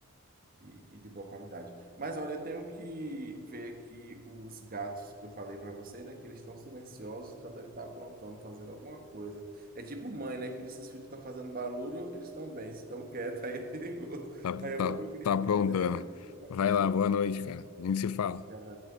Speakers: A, on the right (about 40°); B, on the left (about 80°).
A: e, e de boa qualidade. Mas olha, eu tenho que ver aqui os gatos que eu falei para você, né? Que eles estão silenciosos, então deve estar aprontando, fazendo alguma coisa. É tipo mãe, né? Que diz que os filhos estão fazendo barulho, eles estão bem. Se estão quietos, <laughs> aí é perigoso.
B: Tá,
A: Aí eu
B: tá,
A: vou ver o que eles
B: tá
A: estão
B: aprontando.
A: fazendo, daqui a pouco eu falo
B: Vai
A: contigo.
B: lá, boa noite, cara. A gente se fala.
A: Obrigado.